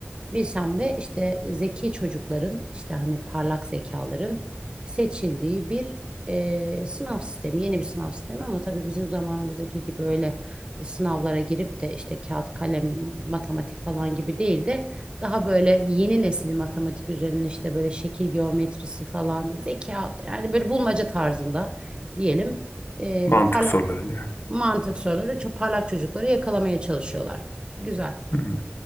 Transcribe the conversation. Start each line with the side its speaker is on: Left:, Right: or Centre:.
Right: Bilsem de işte zeki çocukların işte hani parlak zekaların seçildiği bir e, sınav sistemi, yeni bir sınav sistemi ama tabii bizim zamanımızdaki gibi öyle sınavlara girip de işte kağıt, kalem, matematik falan gibi değil de daha böyle yeni nesil matematik üzerine işte böyle şekil geometrisi falan zeka yani böyle bulmaca tarzında diyelim e,
Left: Mantık
Right: parla
Left: sorularıyla. yani.
Right: mantık soruları çok parlak çocukları yakalamaya çalışıyorlar. Güzel.
Left: Hı.